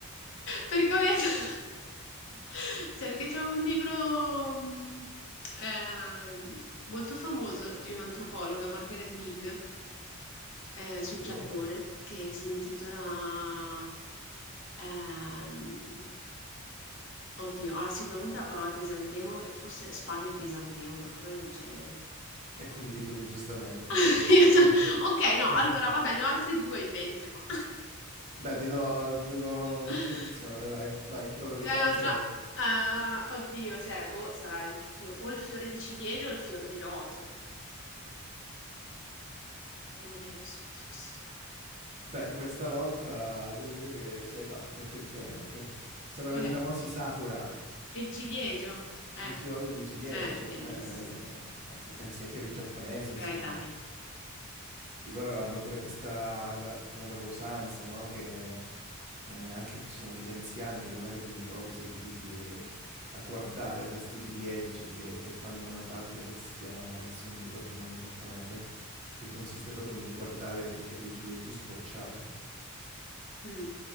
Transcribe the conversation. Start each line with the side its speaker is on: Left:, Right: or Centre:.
Left: Perché ho letto... Cioè, <laughs> Perché c'è un libro mm, ehm, molto famoso di un'antropologa, Margaret Mead, ehm, sul
Right: Sì.
Left: Giappone che si intitola, ehm, oddio, ha sicuramente la parola crisantemo e forse spade e crisantemo, una cosa del genere.
Right: E quindi tu giustamente
Left: <laughs>
Right: avrai pensato.
Left: Ok, no,
Right: Sì.
Left: allora va bene, ho altri due in mente, ma...
Right: Dai, ti do, ti do un'altra
Left: <laughs>
Right: opzione, dai, vai, prova,
Left: Mi
Right: vediamo
Left: dai un'altra...
Right: se...
Left: Ah, oddio, cioè, boh, sarà il fio- o il fiore di ciliegio o il fiore di loto. O non è nessuno di questi due.
Right: Beh, questa volta devo dire che ce l'hai fatta, effettivamente. Sono
Left: Qual
Right: i
Left: è?
Right: famosi Sakura,
Left: Il ciliegio? Eh,
Right: i fiori di ciliegio.
Left: eh, bellissimo.
Right: Eh, eh, se, eh, se pensi ai fiori giapponesi, insomma,
Left: Eh, dai.
Right: Che loro hanno pure questa, la, la loro usanza, no? Che eh, anche ci sono degli anziani che magari li ritrovi seduti a guardare questi ciliegi che, che fanno una pratica che si chiama, adesso non mi ricordo il nome giapponese, e che consiste proprio nel guardare i fiori di ciliegio sbocciare.
Left: Mh,